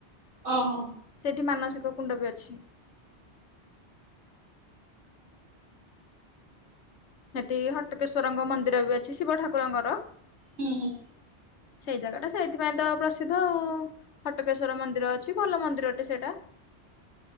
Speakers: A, on the right; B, on the left.
A: ଓହୋ
B: ସେଠି ମାନସିକ କୁଣ୍ଡ ବି ଅଛି। ହେଠି ହଟକେଶ୍ଵରଙ୍କ ମନ୍ଦିର ବି ଅଛି ଶିବ ଠାକୁରଙ୍କର।
A: ହୁଁ ହୁଁ।
B: ସେଇ ଜାଗା ଟା ସେଇଥିପାଇଁ ତ ପ୍ରସିଦ୍ଧ ଆଉ ହଟକେଶ୍ଵର ମନ୍ଦିର ଅଛି ଭଲ ମନ୍ଦିର ଅଟେ ସେଇଟା।